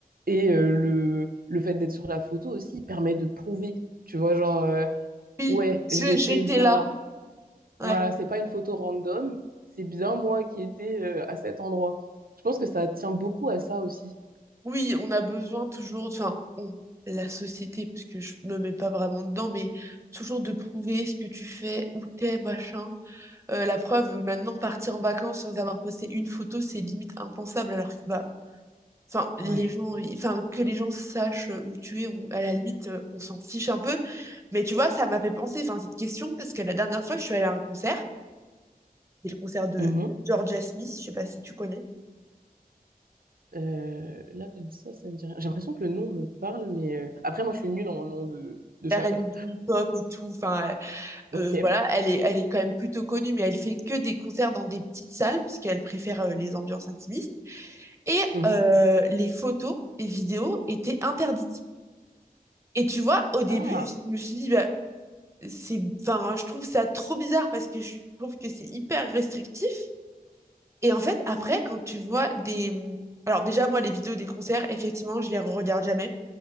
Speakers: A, on the right; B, on the right.
A: et euh, le le fait d'être sur la photo aussi permet de prouver, tu vois, genre euh,
B: Oui,
A: ouais, j'étais
B: je- j'étais
A: bien
B: là.
A: là.
B: Ouais.
A: Voilà, c'est pas une photo random, c'est bien moi qui étais euh, à cet endroit. Je pense que ça tient beaucoup à ça aussi.
B: Oui, on a besoin toujours, enfin, on, la société, parce que je me mets pas vraiment dedans, mais toujours de prouver ce que tu fais, où t'es, machin. Euh, la preuve, maintenant, partir en vacances sans avoir posté une photo, c'est limite impensable, alors que bah enfin les
A: Ouais.
B: gens ils- enfin que les gens sachent où tu es on- à la limite euh, on s'en fiche un peu mais tu vois ça m'a fait penser enfin cette question parce que la dernière fois je suis allée à un concert c'est le concert de,
A: Mhm.
B: de Georgia Smith je sais pas si tu connais
A: Euh, là, comme ça, ça me dit rien. J'ai l'impression que le nom me parle, mais euh, après, moi, je suis nulle en nom de, de chanteur.
B: R&B pop et tout enfin euh,
A: Ok.
B: euh, voilà elle est elle est quand même plutôt connue mais elle fait que des concerts dans des petites salles puisqu'elle préfère euh, les ambiances intimistes et
A: Mhm.
B: euh, les photos et vidéos étaient interdites et tu vois au début
A: Ah.
B: je me suis dit bah, c'est, enfin, je trouve ça trop bizarre parce que je trouve que c'est hyper restrictif. Et en fait, après, quand tu vois des, alors déjà, moi, les vidéos des concerts, effectivement, je les regarde jamais.